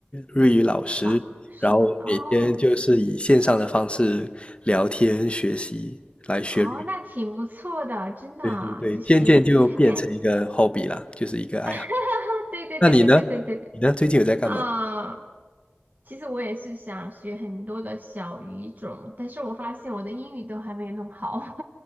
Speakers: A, on the left; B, on the right.
A: 日语老师，
B: 老师哦
A: 然后每天就是以线上的方式聊天学习来学日语。
B: 哦，那挺不错的，真的啊，
A: 对对对，
B: 就是哎，
A: 渐渐就变成一个 hobby 啦，就是一个爱好。
B: <laughs> 对对对对对对对对，
A: 那你呢？你呢？最近有在干嘛？
B: 啊、其实我也是想学很多的小语种，但是我发现我的英语都还没有弄好，